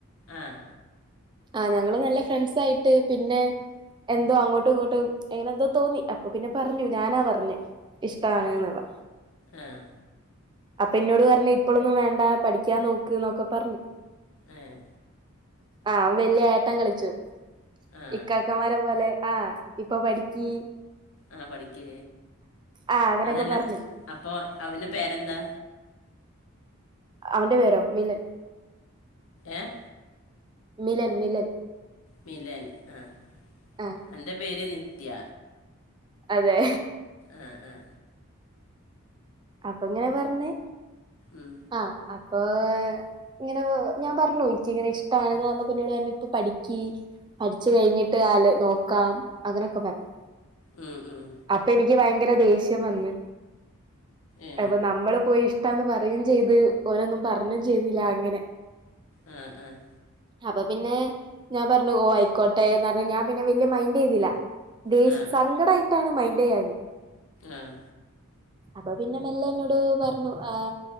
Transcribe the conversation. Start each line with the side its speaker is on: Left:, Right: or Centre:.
Left: ആഹ്
Right: ആഹ് ഞങ്ങള് നല്ല ഫ്രണ്ട്സായിട്ട് പിന്നെ എന്തോ അങ്ങോട്ടും ഇങ്ങോട്ടും എങ്ങനെ എന്തോ തോന്നി അപ്പൊ പിന്നെ പറഞ്ഞു ഞാനാ പറഞ്ഞേ ഇഷ്ടാണ് എന്നുള്ളത്
Left: ആഹ്
Right: അപ്പൊ എന്നോട് പറഞ്ഞ് ഇപ്പളൊന്നും വേണ്ട പഠിക്കാ നോക്ക് എന്നൊക്കെ പറഞ്ഞു
Left: ആഹ്
Right: ആഹ് വലിയ ഏട്ടൻ കളിച്ചു
Left: ആ
Right: ഇക്കാക്കന്മാരെ പോലെ ആഹ് ഇപ്പൊ പഠിക്കീ
Left: ആഹ് പഠിക്ക്
Right: ആ അങ്ങനെയൊക്കെ
Left: അതല്ല
Right: പറഞ്ഞു
Left: അപ്പൊ അവന്റെ പേരെന്താ
Right: അവന്റെ പേരോ മിലൻ
Left: ഏഹ്
Right: മിലൻ മിലൻ
Left: മിലൻ ആഹ്
Right: ആ
Left: എന്റെ പേര് നിത്യ
Right: അതെ
Left: ആഹ് ആഹ്
Right: അപ്പൊങ്ങനെ പറഞ്ഞേ
Left: ഉം.
Right: ആഹ് അപ്പൊ ഇങ്ങനെ ഞാൻ പറഞ്ഞു ഇക്കിങ്ങനെ ഇഷ്ടണെന്ന് പറന്നപ്പോ ന്നോട് പറഞ്ഞു ഇപ്പ പഠിക്കി പഠിച്ചു കഴിഞ്ഞിട്ട് ആല് നോക്കാം അങ്ങനെക്കെ പറഞ്ഞു
Left: ഉം, ഉം.
Right: അപ്പ എനിക്ക് ഭയങ്കര ദേഷ്യം വന്ന്
Left: ഏ
Right: അപ്പൊ നമ്മള് പോയി ഇഷ്ടാന്ന് പറയും ചെയ്ത് ഓനൊന്നും പറഞ്ഞും ചെയ്തില്ല അങ്ങനെ
Left: ആഹ് ആഹ്
Right: അപ്പൊ പിന്നെ ഞാൻ പറന്നു ഓഹ് ആയിക്കോട്ടെന്ന്റഞു ഞാൻ പിന്നെ വല്യിയ മൈൻഡീതിലാ ദേഷ്
Left: ആ
Right: സങ്കടായിട്ടാണ് മൈന്റെയഞ്ഞെ
Left: ആഹ്
Right: അപ്പൊ പിന്നെ മെല്ല എന്നോട് പറഞ്ഞു ആഹ്